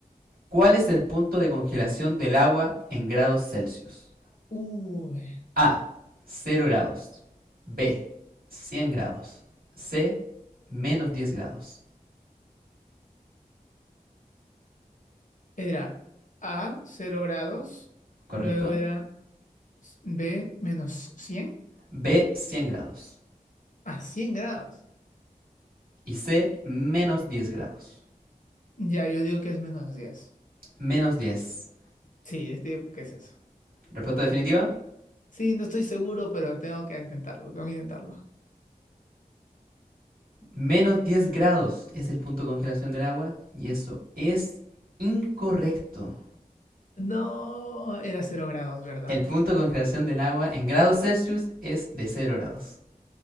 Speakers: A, on the right (about 85°); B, on the left (about 60°).
A: ¿Cuál es el punto de congelación del agua en grados Celsius?
B: Uy.
A: A. cero grados. B. cien grados. C. Menos 10 grados.
B: Era A, cero grados,
A: ¿Correcto?
B: luego era s- B, menos 100
A: B. cien grados.
B: a cien grados.
A: Y C. Menos 10 grados.
B: Ya, yo digo que es menos 10.
A: Menos diez
B: Sí, es- digo, ¿qué es eso?
A: Respuesta definitiva.
B: Sí, no estoy seguro, pero tengo que intentarlo, tengo que intentarlo.
A: Menos diez grados es el punto de congelación del agua y eso es incorrecto.
B: No, era cero grados, ¿verdad?
A: El punto de congelación del agua en grados Celsius es de cero grados.